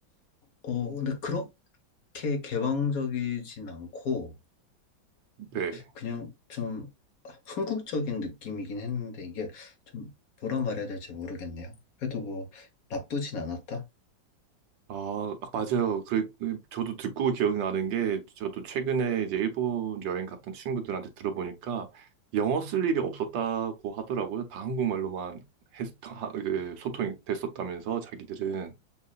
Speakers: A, on the left; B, on the right.
A: 어, 근데 그렇게 개방적이진 않고
B: 네.
A: 그냥 좀 한국적인 느낌이긴 했는데 이게 좀 뭐라 말해야 될지 모르겠네요. 그래도 뭐 나쁘진 않았다.
B: 아, 맞아요. 그, 그 저도 듣고 기억나는 게, 저도 최근에 이제 일본 여행 갔던 친구들한테 들어보니까, 영어 쓸 일이 없었다고 하더라고요. 다 한국말로만 했, 하- 그 소통이 됐었다면서, 자기들은.